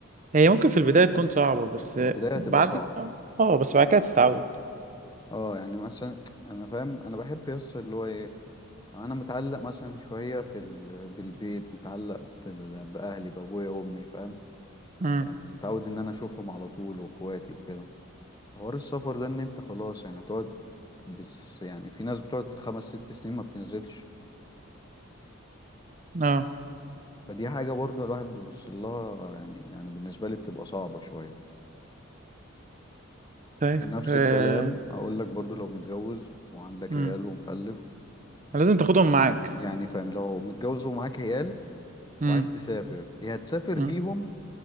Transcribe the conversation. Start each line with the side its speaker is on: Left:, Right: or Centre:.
Right: هي ممكن في البداية تكون صعبة بس
Left: في البداية هتبقى
Right: بعد
Left: صعبة
Right: اه آه، بس بعد كده تتعود
Left: اه يعني مثلا انا فاهم انا بحب يس اللي هو ايه انا متعلق مثلا شويه في ال... بالبيت متعلق بال... باهلي بابويا وامي فاهم
Right: امم
Left: يعني متعود ان انا اشوفهم على طول واخواتي وكده حوار السفر ده ان انت خلاص يعني هتقعد بس يعني في ناس بتقعد خمس ست سنين ما بتنزلش
Right: اه
Left: فدي حاجه برضو الواحد بيبص لها يعني انا بالنسبه لي بتبقى صعبه شويه
Right: طيب
Left: ونفس
Right: آه،
Left: الكلام اقول لك برضو لو متجوز وعندك
Right: امم
Left: عيال ومخلف
Right: لازم تاخدهم معاك
Left: يعني فاهم لو متجوز ومعاك عيال
Right: امم
Left: وعايز تسافر يا هتسافر
Right: امم
Left: بيهم